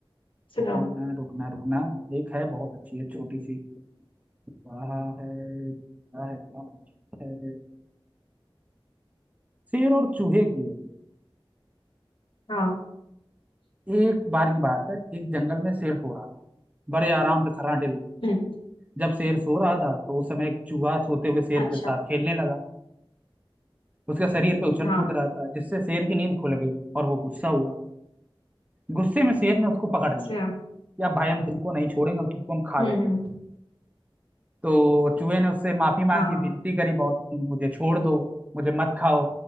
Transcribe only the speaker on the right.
रुकना रुकना रुकना एक है बहुत अच्छी है छोटी सी कहा है क्या है क्या है शेर और चूहे की है
एक बार की बात है एक जंगल में शेर सो रहा था बड़े आराम से खर्राटे लिए
जब शेर सो रहा था तो उस समय एक चूहा सोते हुए शेर
के साथ खेलने लगा उसके शरीर पे उछल
कूद रहा था जिससे शेर की नींद खुल गई और वो गुस्सा हुआ गुस्से में शेर ने उसको पकड़ लिया
कि अब भाई हम तुमको नहीं छोड़ेंगे हम तुमको हम खा
जाएंगे
तो चूहे ने उससे माफी मांगी
विनती करी बहुत कि मुझे छोड़ दो मुझे मत खाओ